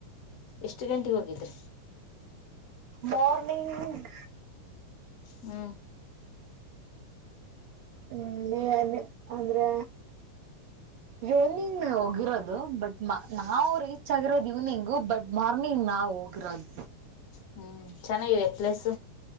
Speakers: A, on the left (about 45°); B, on the right (about 45°).
A: ಎಷ್ಟ ಗಂಟೆಗ ಹೋಗಿದ್ರ.
B: ಮಾರ್ನಿಂಗ್
A: ಹ್ಮ
B: ಹ್ಮ ಏನೇ ಅಂದ್ರೆ ಇವ್ನಿಂಗ್ ಹೋಗಿರೋದು ಬಟ್ ನಾವು ರೀಚ್ ಆಗಿರೋದು ಇವ್ನಿಂಗು ಬಟ್ ಮಾರ್ನಿಂಗ್ ನಾವ ಹೋಗಿರೋದ.
A: ಹ್ಮ ಚೆನ್ನಾಗಿದೆ ಪ್ಲೇಸ್.